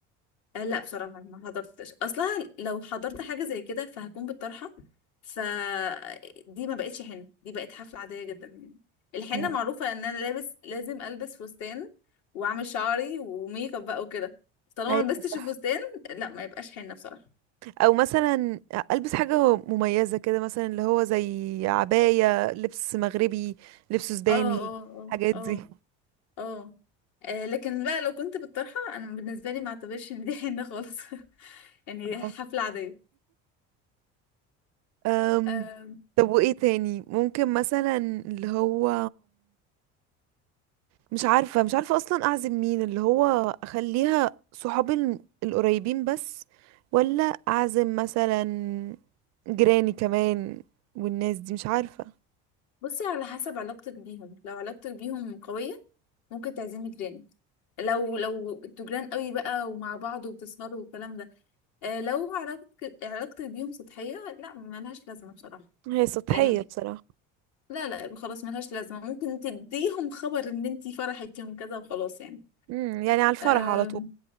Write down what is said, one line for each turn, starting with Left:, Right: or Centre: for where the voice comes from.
Left: آه، لا بصراحة ما حضرتش أصلها لو حضرت حاجة زي كده فهكون بالطرحة فدي ما بقتش حنة دي بقت حفلة عادية جدا الحنة
Right: اه
Left: معروفة إن أنا لابس لازم ألبس فستان وأعمل شعري وميك اب بقى وكده طالما
Right: ايوه
Left: ما لبستش
Right: صح
Left: الفستان لا ما يبقاش حنة بصراحة
Right: او مثلا البس حاجة مميزة كده مثلا اللي هو زي عباية لبس مغربي لبس سوداني
Left: اه اه
Right: الحاجات
Left: اه
Right: دي
Left: اه اه آه، لكن بقى لو كنت بالطرحة انا بالنسبة لي ما اعتبرش ان دي حنة خالص <laughs> يعني
Right: اه
Left: حفلة عادية
Right: أم،
Left: آم،
Right: طب وايه تاني ممكن مثلا اللي هو مش عارفة مش عارفة أصلا أعزم مين اللي هو أخليها صحابي الم- القريبين بس ولا أعزم مثلا جيراني كمان والناس دي مش عارفة
Left: بصي على حسب علاقتك بيهم لو علاقتك بيهم قوية ممكن تعزمي جيران لو لو انتوا جيران قوي بقى ومع بعض وبتسهروا والكلام ده آه، لو علاقتك علاقتك بيهم سطحية لا ملهاش لازمة بصراحة
Right: هي سطحية
Left: يعني
Right: بصراحة
Left: لا لا خلاص ملهاش لازمة ممكن تديهم خبر ان انتي فرحت يوم كذا وخلاص يعني
Right: امم يعني على الفرح
Left: آم،
Right: على طول